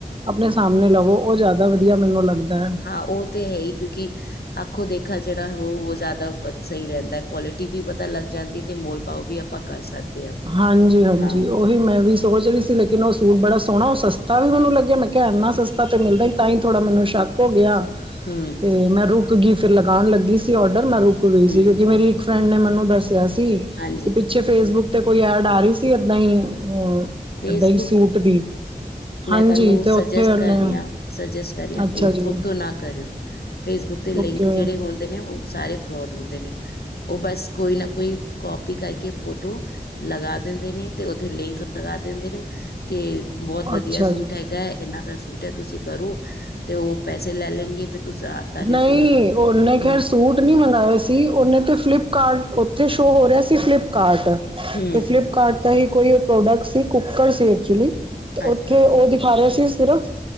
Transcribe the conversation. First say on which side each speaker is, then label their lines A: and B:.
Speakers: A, on the right; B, on the left.
A: ਆਪਣੇ ਸਾਹਮਣੇ ਲਵੋ ਉਹ ਜ਼ਿਆਦਾ ਵਧੀਆ ਮੈਨੂੰ ਲੱਗਦਾ ਹੈ
B: ਹਾਂ ਉਹ ਤੇ ਹੈ ਹੀ ਕਿਉਂਕਿ ਆਖੋ ਦੇਖਾ ਜਿਹੜਾ ਉਹ ਉਹ ਜ਼ਿਆਦਾ ਸਹੀ ਰਹਿੰਦਾ ਹੈ ਕੁਆਲਿਟੀ ਵੀ ਪਤਾ ਲੱਗ ਜਾਂਦੀ ਹੈ ਤੇ ਮੋਲ ਪਾਓ ਵੀ ਆਪਾਂ ਕਰ ਸਕਦੇ ਹਾਂ
A: ਹਾਂਜੀ ਹਾਂਜੀ
B: ਹਾਂ
A: ਉਹੀ ਮੈਂ ਵੀ ਸੋਚ ਰ ਸੀ ਲੇਕਿਨ ਉਹ ਸੂਟ ਬੜਾ ਸੋਹਣਾ ਉਹ ਸਸਤਾ ਵੀ ਮੈਨੂੰ ਲੱਗਿਆ ਮੈਂ ਕਿਹਾ ਇੰਨਾ ਸਸਤਾ ਤਾਂ ਮਿਲਦਾ ਹੀ ਤਾਂ ਹੀ ਥੋੜ੍ਹਾ ਮੈਨੂੰ ਸ਼ੱਕ ਹੋ ਗਿਆ।
B: ਹਮ।
A: ਤੇ ਮੈਂ ਰੁਕ ਗਈ ਫਿਰ ਲਗਾਉਣ ਲੱਗੀ ਸੀ ਆਰਡਰ ਮੈਂ ਰੁਕ ਗਈ
B: ਹੂੰ
A: ਸੀ ਕਿਉਂਕਿ ਮੇਰੀ ਇੱਕ ਫਰੈਂਡ ਨੇ ਮੈਨੂੰ ਦੱਸਿਆ ਸੀ।
B: ਹਾਂਜੀ
A: ਕਿ ਪਿੱਛੇ ਫੇਸਬੁੱਕ ਤੇ ਕੋਈ ਐਡ ਆ ਰਹੀ ਸੀ ਏਦਾਂ ਹੀ ਅ
B: ਫੇਸਬੁੱਕ
A: ਏਦਾਂ ਹੀ ਸੂਟ ਦੀ।
B: ਮੈਂ
A: ਹਾਂਜੀ
B: ਤੁਹਾਨੂੰ
A: ਤੇ
B: ਸਜੈਸਟ
A: ਉੱਥੇ ਉਹਨੇ
B: ਕਰ ਰਹੀ ਹਾਂ ਸਜੈਸਟ ਕਰ ਹ
A: ਅੱਛਾ
B: ਫੇਸਬੁੱਕ
A: ਜੀ
B: ਤੋਂ ਨਾ ਕਰਿਓ। ਫੇਸਬੁੱਕ ਦੇ ਲਿੰਕ
A: ਓਕੇ
B: ਜਿਹੜੇ ਹੁੰਦੇ ਨੇ ਉਹ ਸਾਰੇ ਫਰੋਡ ਹੁੰਦੇ ਨੇ ਉਹ ਬਸ ਕੋਈ ਨਾ ਕੋਈ ਕਾਪੀ ਕਰਕੇ ਫੋਟੋ ਲਗਾ ਦਿੰਦੇ ਨੇ ਤੇ ਉਹ ਦੇ ਲਿੰਕ ਲਗਾ ਦਿੰਦੇ ਨੇ ਕੇ ਬ ਵਧੀਆ
A: ਅੱਛਾ
B: ਸੂਟ
A: ਜੀ
B: ਹੈਗਾ ਹੈ ਇਨਾ ਦਾ ਸੂਟ ਹੈ ਤੁਸੀਂ ਕਰੋ ਤੇ ਉਹ ਪੈਸੇ ਲੈ ਲੈਂਗੇ ਫਿਰ ਤੁਸੀਂ ਤੁਹਾਡੇ
A: ਨਹੀਂ
B: ਤੋਂ
A: ਉਹਨੇ ਖੈਰ
B: ਹਮ
A: ਸੂਟ ਨਹੀਂ ਮੰਗਵਾਏ ਸੀ ਸੀ ਉਹਨੇ ਤੇ ਫਲਿੱਪਕਾਰਟ ਉੱਥੇ ਸ਼ੋਅ ਹੋ ਰਿਹਾ ਸੀ ਫਲਿੱਪਕਾਰਟ ਅਤੇ
B: ਹਮ
A: ਫਲਿੱਪਕਾਰਟ ਤਾਂ ਹੀ ਕੋਈ ਪ੍ਰੋਡਕਟ ਸੀ ਕੁੱਕਰ ਸੀ ਐਕਚੁਲੀ ਤੇ
B: ਅੱਛਾ
A: ਉੱਥੇ ਉਹ ਦਿਖਾ ਰਿਹਾ ਸੀ ਸਿਰਫ